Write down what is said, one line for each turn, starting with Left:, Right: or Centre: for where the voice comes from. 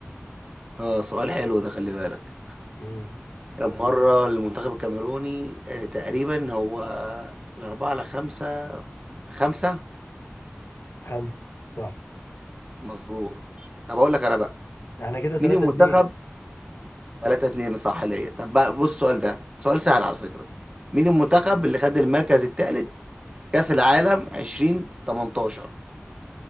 Right: اه سؤال حلو ده خلي بالك
Left: امم
Right: كان مره المنتخب الكاميروني آه تقريبا هو الاربعه على خمسه خمسه
Left: خمسة صح
Right: مظبوط طب اقول لك انا بقى
Left: احنا كده 3
Right: مين المنتخب
Left: 2
Right: 3 2 صح ليا طب بقى بص السؤال ده سؤال سهل على فكرة مين المنتخب اللي خد المركز الثالث في كأس العالم 2018